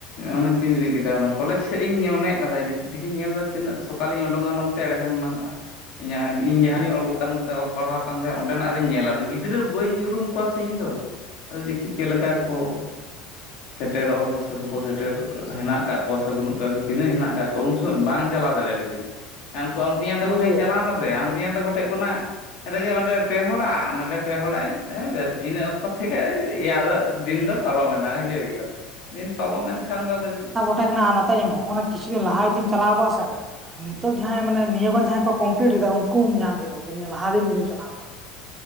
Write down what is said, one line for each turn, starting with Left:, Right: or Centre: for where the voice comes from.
Left: ᱚᱱᱮ ᱛᱮᱧ ᱞᱟᱹᱭ ᱠᱮᱫᱟ ᱚᱱᱟ ᱠᱚᱞᱮᱡᱽ ᱥᱮᱫ ᱤᱧ ᱢᱚᱱᱮᱭᱮᱫ ᱠᱟ ᱛᱟᱦᱮᱫ ᱡᱩ ᱛᱤᱦᱤᱧ ᱧᱮᱞ ᱫᱟ ᱚᱠᱟᱞᱤᱧ ᱩᱰᱩᱝ ᱚᱜᱼᱟ ᱱᱚᱛᱮ ᱮᱲᱮ ᱠᱷᱟᱱ ᱤᱧᱟᱹᱜ ᱤᱧ ᱡᱟᱦᱟᱸ ᱨᱮᱧ ᱚᱞ ᱠᱟᱱ ᱛᱮ ᱚᱞ ᱯᱟᱲᱦᱟᱣ ᱟᱠᱟᱱ ᱛᱟᱦᱮᱸᱫ ᱚᱸᱰᱮᱱᱼᱟᱜ ᱨᱤᱧ ᱧᱮᱞ ᱟ ᱟᱫᱚ ᱜᱤᱫᱽᱨᱟᱹ ᱵᱟᱹᱧ ᱩᱨᱩᱢ ᱠᱚᱣᱟ ᱥᱮ ᱤᱧ ᱫᱚ ᱟᱫᱚ ᱫᱮᱠᱷᱤ ᱪᱮᱫ ᱞᱮᱠᱟ ᱠᱚ ᱥᱮᱴᱮᱨᱚᱜᱼᱟ ᱠᱚ ᱥᱮ ᱵᱟᱠᱚ ᱥᱮᱴᱮᱨ ᱦᱮᱱᱟᱜ ᱠᱟᱜ ᱠᱚᱣᱟ ᱥᱮ ᱵᱟᱹᱱᱩᱜ ᱠᱟᱜ ᱠᱚᱣᱟ ᱛᱤᱱᱟᱹᱜ ᱦᱮᱱᱟᱜ ᱠᱟᱜ ᱠᱚᱣᱟ ᱩᱱ ᱥᱚᱢᱚᱭ ᱵᱟᱝ ᱪᱟᱞᱟᱣ ᱫᱟᱲᱮ ᱞᱟᱹᱫᱟᱹᱧ ᱦᱟᱱᱠᱩ ᱟᱢ ᱛᱮᱧᱟᱝ ᱛᱟᱠᱚ
Right: ᱮᱭᱟ
Left: ᱴᱷᱮᱱᱤᱧ ᱪᱟᱞᱟᱣ ᱱᱟ ᱥᱮ ᱟᱢ ᱛᱮᱧᱟᱝ ᱛᱟᱠᱚ ᱴᱷᱮᱡ ᱠᱷᱚᱱᱟᱜ ᱨᱮᱜᱮ ᱚᱸᱰᱮ ᱯᱮ ᱦᱚᱲᱼᱟᱜ ᱱᱚᱰᱮ ᱯᱮ ᱦᱚᱲᱼᱟᱜ ᱵᱮᱥ ᱤᱱᱟᱹ ᱚᱠᱛᱚ ᱛᱷᱮᱠᱮ ᱮᱭ ᱟᱫᱚ ᱫᱤᱱ ᱫᱚ ᱯᱟᱨᱚᱢᱮᱱᱟ ᱵᱩᱡᱷᱟᱹᱣ ᱠᱮᱫᱟ ᱫᱤᱱ ᱯᱚᱞᱚᱢᱮᱱ ᱠᱷᱟᱱ ᱫᱚ ᱟᱫᱚ ᱪᱮᱫ
Right: ᱡᱷᱚᱛᱚ ᱠᱷᱚᱱᱟᱜ ᱞᱟᱦᱟ ᱛᱟᱭᱚᱢ ᱦᱚᱸᱜ-ᱚᱱᱟ ᱠᱤᱪᱷᱩ ᱫᱤᱱ ᱞᱟᱦᱟ ᱡᱩᱫᱤᱢ ᱪᱟᱞᱟᱣ ᱠᱚᱜ-ᱟ ᱥᱮ ᱦᱤᱛᱚᱜ ᱡᱟᱦᱟᱸᱭ ᱢᱟᱱᱮ ᱱᱤᱭᱟᱹ ᱵᱟᱨ ᱡᱟᱦᱟᱸᱭ ᱠᱚᱢᱯᱞᱤᱴ ᱠᱮᱫᱟ ᱧᱟᱢ ᱠᱮᱠᱚ ᱠᱮᱭᱟ ᱱᱤᱭᱟᱹ ᱞᱟᱦᱟ ᱫᱤᱱ ᱡᱩᱫᱤᱢ ᱪᱟᱞᱟᱣ ᱠᱚᱜᱼᱟ